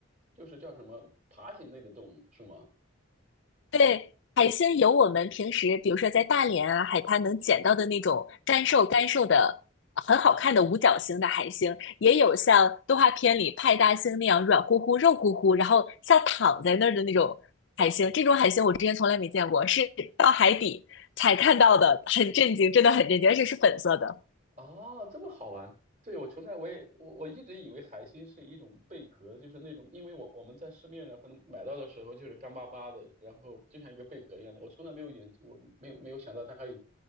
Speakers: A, on the right (about 35°); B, on the left (about 60°).
A: 就是叫什么爬行类的动物，是吗？
B: 对，海星有我们平时，比如说在大连啊海滩能捡到的那种干瘦干瘦的、很好看的五角星的海星，也有像动画片里派大星那样软乎乎、肉乎乎，然后像躺在那儿的那种海星。
A: <laughs>
B: 这种海星我之前从来没见过，是到海底才看到的，很震惊，真的很震惊，而且是粉色的。
A: 哦，这么好玩！对，我从来我也我我一直以为海星是一种贝壳，就是那种，因为我我们在市面上可能买到的时候就是干巴巴的，然后就像一个贝壳一样的。我从来没有研究，我没有没有想到它还有，